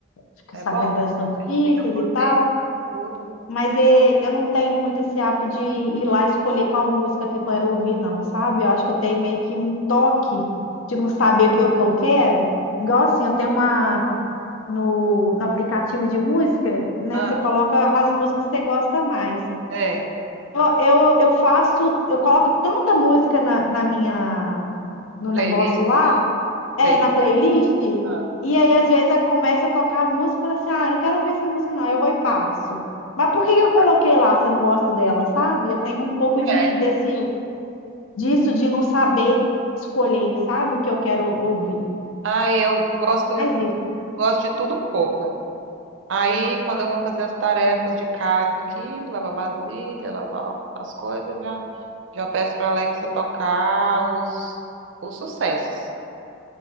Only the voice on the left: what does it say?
fica
sabendo
das notícias
e tal.
Mas é, eu não tenho muito esse hábito de ir lá escolher qual música que eu quero ouvir, não, sabe? Eu acho que eu tenho meio que um toque de não saber o que, eu- o que eu quero. Igual assim, eu tenho uma no, no aplicativo de música, né?
Você coloca as músicas que você gosta mais.
Eu, eu, eu faço, eu coloco tanta música na, na minha, no
negócio lá é,
na playlist.
E aí, às vezes, a- começa a tocar a música e fala assim: ah, eu não quero ouvir essa música, não, eu vou e passo. Mas por que que eu
coloquei lá se eu não gosto dela, sabe? Eu tenho um pouco de,
desse, disso de não saber escolher, sabe, o que eu quero ouvir.
É mais isso.